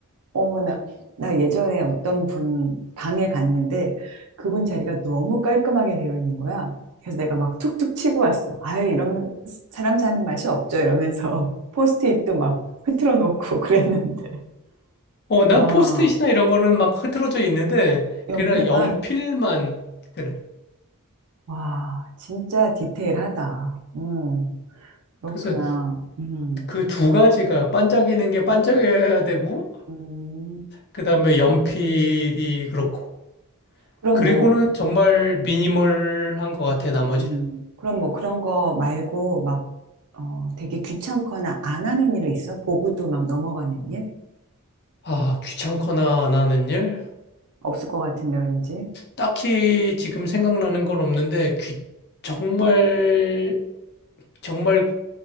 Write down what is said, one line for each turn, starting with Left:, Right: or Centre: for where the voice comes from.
Right: 어머나. 나 예전에 어떤 분 방에 갔는데 그분 자리가 너무 깔끔하게 되어 있는 거야. 그래서 내가 막 툭툭 치고 왔어. 아유, 이런 사람 사는 맛이 없죠. 이러면서 <laughs> 포스트잇도 막 흐트러 놓고 <laughs> 그랬는데.
Left: 어, 난
Right: 와,
Left: 포스트잇이나 이런 거는 막 흐트러져 있는데
Right: 연필만.
Left: 그냥 연필만 그래.
Right: 와, 진짜 디테일하다. 음, 그렇구나.
Left: 그래서
Right: 음,
Left: 그 두 가지가 반짝이는 게 반짝여야 되고
Right: 음.
Left: 그다음에 연필이 그렇고
Right: 그럼
Left: 그리고는
Right: 뭐
Left: 정말 미니멀한 것 같아 나머지는.
Right: 음, 그럼 뭐 그런 거 말고 막, 어, 되게 귀찮거나 안 하는 일 있어? 보고도 막 넘어가는 일?
Left: 아, 귀찮거나 안 하는 일?
Right: 없을 것 같은데, 왠지.
Left: 딱히 지금 생각나는 건 없는데 귀, 정말 정말